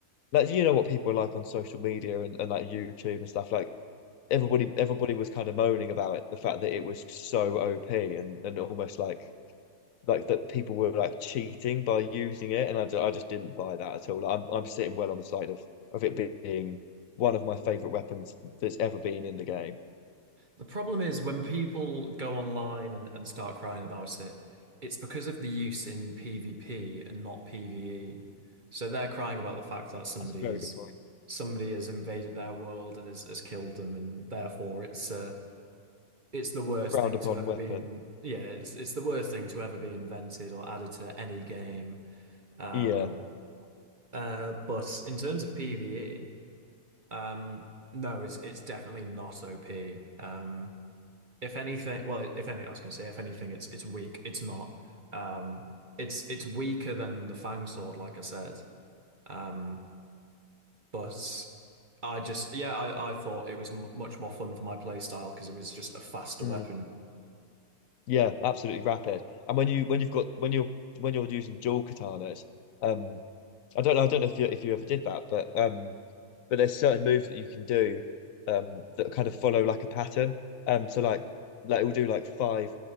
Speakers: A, on the left; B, on the right.
A: like you know what people are like on social media and, and like YouTube and stuff like everybody everybody was kind of moaning about it, the fact that it was so OP and and almost like like that people were like cheating by using it, and I, ju- I just didn't buy that at all. I'm I'm sitting well on the side of of it being one of my favorite weapons that's ever been in the game.
B: The problem is when people go online and, and start crying about it, it's because of the use in PvP and not PvE. So they're crying about the fact that somebody's
A: That's a very good point.
B: somebody has invaded their world and has, has killed them, and therefore it's uh, it's the worst
A: Frowned
B: thing
A: upon
B: to ever
A: weapon.
B: be in. Yeah, it's it's the worst thing to ever be invented or added to any game. Um,
A: Yeah.
B: uh, but in terms of PvE, um, no, it's it's definitely not OP. Um, if anything, well, if any, I was going to say, if anything, it's it's weak. It's not. Um, it's it's weaker than the Fang Sword, like I said. Um, but I just, yeah, I I thought it was m much more fun for my playstyle because it was just a faster
A: Hmm.
B: weapon.
A: Yeah, absolutely rapid. And when you when you've got when you're when you're using dual katanas, um, I don't know, I don't know if you if you ever did that, but um, but there's certain moves that you can do, um, that kind of follow like a pattern. Um, so like like it will do like five